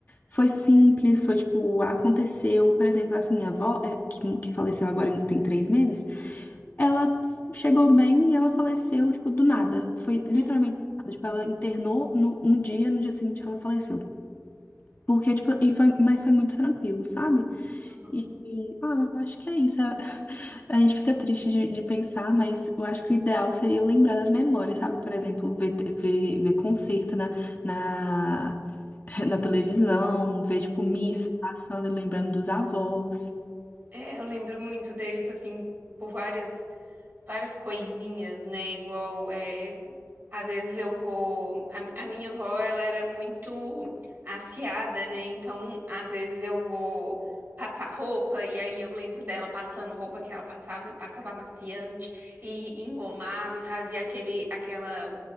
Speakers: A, on the left (about 35°); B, on the right (about 40°).
A: Foi simples, foi, tipo, aconteceu. Por exemplo, assim, minha avó, é, que, que faleceu agora em- tem três meses, ela chegou bem e ela faleceu, tipo, do nada. Foi literalmente
B: uhum,
A: do nada. Tipo, ela internou no, um dia, no dia seguinte ela faleceu. Porque, tipo, e foi, mas foi muito tranquilo, sabe?
B: uhum.
A: E, e, ah, eu acho que é isso. A <laughs> a gente fica triste de, de pensar, mas eu acho que o ideal seria lembrar das memórias, sabe? Por exemplo, ver, te- ver, ver concerto na, na, <laughs> na televisão, ver, tipo, missa
B: sim.
A: passando e lembrando dos avós.
B: É, eu lembro muito deles assim por várias várias coisinhas, né? Igual é, Às vezes eu vou. A, a minha avó, ela era muito aciada, né? Então, às vezes eu vou passar roupa e aí eu lembro dela passando roupa que ela passava e passava amaciante e engomava e fazia aquele, aquela,